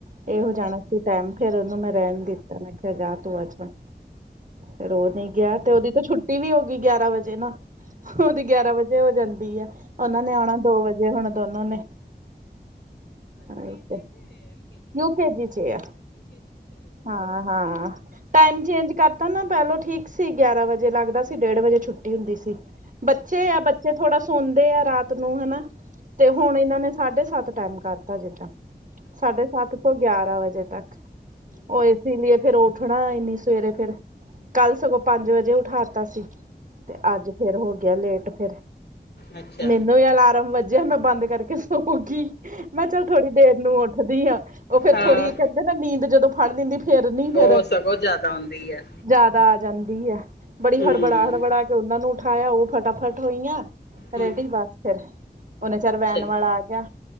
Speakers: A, on the right; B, on the left.
A: ਦੇਰ ਹੋ ਜਾਣਾ। ਟਾਈਮ ਫੇਰ, ਉਹਨੂੰ ਮੈਂ ਰਹਿਣ ਦਿੱਤਾ। ਮੈਂ ਕਿਹਾ ਜਾ ਤੂੰ ਅੱਜੁਣ ਫੇਰ, ਉਹ ਨਹੀਂ। ਗਿਆ। ਤੇ ਉਹਦੀ, ਤਾਂ ਛੁੱਟੀ ਵੀ ਹੋ ਗਈ। ਗਿਆਰਾਂ ਵਜੇ ਨਾ। ਹੁਦੀ ਗਿਆਰਾਂ ਵਜੇ ਹੋ ਜਾਂਦੀ ਆ। ਉਹਨਾਂ ਨੇ ਆਉਣਾ, ਦੋ ਵਜੇ, ਹੁਣ ਦੋਨਾ ਨੇ। ਅ ਯੂ ਕੇ ਜੀ, ਚ ਆ। ਹਾਂ, ਹਾਂ। ਟਾਈਮ ਚੇਂਜ ਕਰਤਾ ਨਾ। ਪਹਿਲੋਂ ਠੀਕ ਸੀ। ਗਿਆਰਾਂ ਵਜੇ ਲੱਗਦਾ ਸੀ। ਡੇਢ ਵਜੇ, ਛੁੱਟੀ ਹੁੰਦੀ ਸੀ। ਬੱਚੇ ਆ, ਬੱਚੇ ਥੋੜਾ ਸੌਦੇ ਆ, ਰਾਤ ਨੂੰ ਹਨਾ। ਤੇ ਹੁਣ ਇਹਨਾਂ ਨੇ। ਸਾਢੇ ਸੱਤ, ਟਾਈਮ ਕਰਤਾ ਸਿੱਧਾ। ਸਾਢੇ ਸੱਤ, ਤੋਂ ਗਿਆਰਾਂ ਵਜੇ ਤੱਕ। ਉਹ ਇਸ ਲਈ ਫੇਰ। ਉੱਠਣਾ ਇਨੀ ਸਵੇਰੇ ਫੇਰ। ਕੱਲ ਸਗੋਂ, ਪੰਜ ਵਜੇ, ਉਠਾ ਤ ਸੀ। ਤੇ ਅੱਜ। ਫੇਰ ਹੋ ਗਿਆ। ਲੇਟ ਫੇਰ,
B: ਅੱਛਾ
A: ਮੈਨੂੰ ਵੀ ਅਲਾਰਮ ਵੱਜਿਆ। ਮੈਂ ਬੰਦ ਕਰਕੇ ਸੋਗੀ। ਮੈਂ ਚੱਲ, ਥੋੜੀ ਦੇਰ ਨੂੰ, ਉੱਠਦੀ ਹਾਂ। ਉਹ ਫੇਰ
B: ਹਾਂ
A: ਥੋੜੀ ਤਾਂ ਨੀਦ ਜਦੋ, ਫੜ ਲਿੰਦੀ। ਫੇਰ ਨੀ ਫੇਰ
B: ਉਹ ਸਗੋਂ, ਜ਼ਿਆਦਾ ਹੁੰਦੀ ਹੈ।
A: ਜਿਆਦਾ ਆ ਜਾਂਦੀ ਆ। ਬੜੀ
B: ਹੂੰ
A: ਹੜਬੜਾ- ਹੜਬੜਾ, ਕੇ ਉਹਨਾ ਨੂੰ ਉਠਾਇਆ। ਉਹ ਫਟਾਫਟ ਹੋਈਆਂ।
B: ਹੂੰ
A: ਰੇਡੀ ਬਸ। ਫੇਰ ਓਨੇ ਚਿਰ, ਵੈਨ
B: ਚੰਗਾ
A: ਵਾਲਾ ਆ ਗਿਆ।